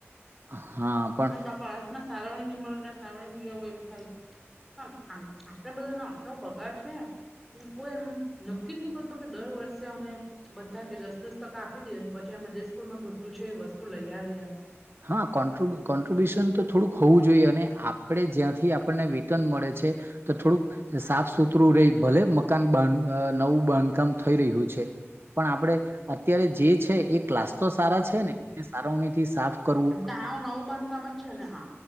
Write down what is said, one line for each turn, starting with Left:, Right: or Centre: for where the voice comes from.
Right: હા. પણ
Centre: મને <unintelligible> માં સારવણીની મલે તો સારવણી લિયાવુ એમ થાય. <unintelligible> કોઈ એમ નક્કી જ નહીં કરતો કે દર વર્ષે અમે બધા કે દસ-દસ ટકા આપી દઈએ, પછી અમે જે સ્કૂલમાં ઘટતું છે એ વસ્તુ લઈ આવીએ એમ.
Right: હા, કોન્ટ્રિબ્યુશન તો થોડુંક હોવું જોઈએ અને આપણે જ્યાંથી આપણને વેતન મળે છે તો થોડુંક સાફ-સુથરું રેય ભલે મકાન બાંધ નવું બાંધકામ થઈ રહ્યું છે. પણ આપણે અત્યારે જે છે એ ક્લાસ તો સારા છે ને, એને સારવાણી થી સાફ કરવું
Centre: <unintelligible> નવું બાંધકામ જ છે ને આ